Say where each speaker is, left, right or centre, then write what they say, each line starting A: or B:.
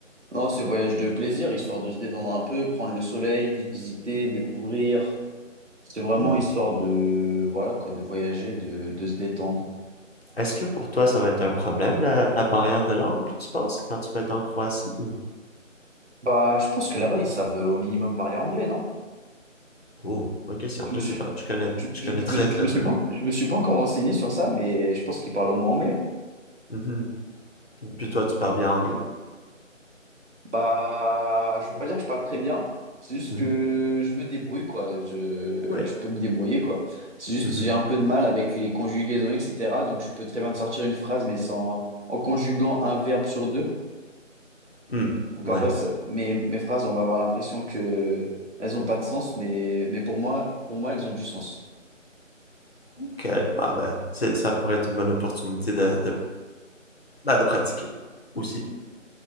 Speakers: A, on the right (about 60°); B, on the left (about 50°).
A: Non, c'est voyage de plaisir, histoire de se détendre un peu, prendre le soleil, visiter, découvrir. C'est vraiment
B: Hmm.
A: histoire de, voilà quoi, de voyager, de, de se détendre.
B: Est-ce que pour toi, ça va être un problème, la, la barrière de langue, tu penses, quand tu vas être en Croatie ou...
A: Bah, je pense que là-bas, ils savent euh, au minimum parler anglais, non?
B: Oh, bonne question,
A: Je me
B: je
A: suis,
B: sais pas, je connais,
A: je,
B: je
A: je-
B: connais
A: je
B: très
A: me,
B: très
A: je me suis
B: peu.
A: pas, je me suis pas encore renseigné sur ça, mais je pense qu'ils parlent au moins anglais.
B: Mhm. Puis toi, tu parles bien anglais?
A: Bah, je vais pas dire que je parle très bien. C'est juste
B: Mhm.
A: que je me débrouille, quoi. Je,
B: Oui.
A: je peux me débrouiller, quoi. C'est juste
B: Mhm.
A: que j'ai un peu de mal avec les conjugaisons, etc. Donc, je peux très bien te sortir une phrase, mais sans, en conjuguant un verbe sur deux.
B: Hmm.
A: Donc,
B: Ouais.
A: en vrai, ça- mes, mes phrases, on va avoir l'impression que elles ont pas de sens, mais, mais pour moi, pour moi, elles ont du sens.
B: Ok. Ah ben, c'est, ça pourrait être une bonne opportunité de, de, ben, de pratiquer aussi.